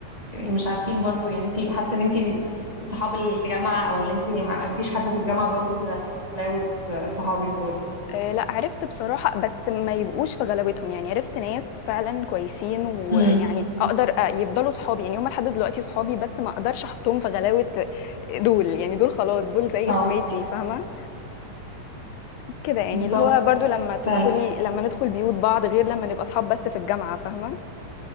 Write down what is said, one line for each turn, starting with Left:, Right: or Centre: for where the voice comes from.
Right: يعني مش عارفين برضو يعني انتي حاسة ان انتي صحاب الجامعة او اللي انتي ما عرفتيش حد في الجامعة برضو في غلاوة صحابك دول
Left: آه، لا عرفت بصراحة بس ما يبقوش في غلاوتهم يعني عرفت ناس فعلا كويسين ويعني
Right: مم.
Left: اقدر أ- يفضلوا صحابي يعني هم لحد دلوقتي صحابي بس ما اقدرش احطهم في غلاوة آه، دول يعني دول خلاص دول زي
Right: اه
Left: اخواتي فاهمة كده يعني
Right: بالظبط
Left: اللي هو برضو لما تدخلي
Right: فعلا
Left: لما ندخل بيوت بعض غير لما نبقى صحاب بس في الجامعة فاهمة